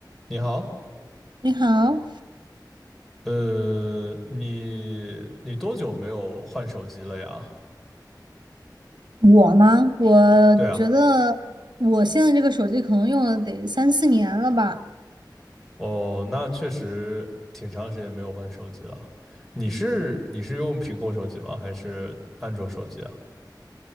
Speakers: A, in the centre; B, on the right.
A: 你好，
B: 你好，
A: 呃，你你多久没有换手机了呀？
B: 我吗？我觉得我现在这个手机可能用了得三四年了吧。
A: 对啊，哦，那确实挺长时间没有换手机了。你是你是用苹果手机吗？还是安卓手机啊？